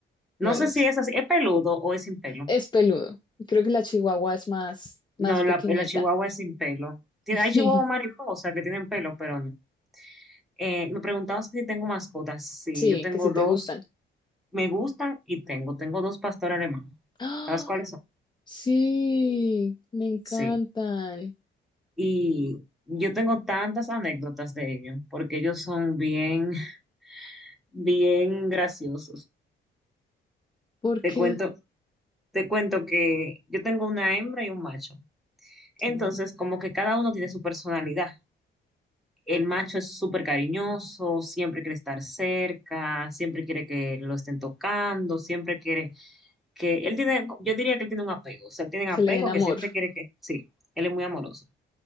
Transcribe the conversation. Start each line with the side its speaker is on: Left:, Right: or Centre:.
Centre: No
Left: Bueno,
Centre: sé si es así. ¿Es peludo o es sin pelo?
Left: Es peludo. Creo que la chihuahua es más,
Centre: No,
Left: más pequeñita.
Centre: la, la chihuahua es sin pelo. Tiene,
Left: <laughs>
Centre: hay chihuahua mariposa que tienen pelo, pero no. Eh, me preguntabas si tengo mascotas. Sí,
Left: Sí,
Centre: yo tengo
Left: que si te
Centre: dos.
Left: gustan.
Centre: Me gustan y tengo. Tengo dos pastores alemanes.
Left: ¡Ah!
Centre: ¿Sabes cuáles son?
Left: Sí, me encantan.
Centre: Sí. Y yo tengo tantas anécdotas de ellos, porque ellos son bien, <laughs> bien graciosos.
Left: ¿Por
Centre: Te
Left: qué?
Centre: cuento, te cuento que yo tengo una hembra y un macho. Entonces,
Left: Sí.
Centre: como que cada uno tiene su personalidad. El macho es súper cariñoso, siempre quiere estar cerca, siempre quiere que lo estén tocando, siempre quiere que... Él tiene, yo diría que él tiene un apego, o sea, él tiene un
Left: Que
Centre: apego
Left: le den amor.
Centre: que siempre quiere que... Sí, él es muy amoroso.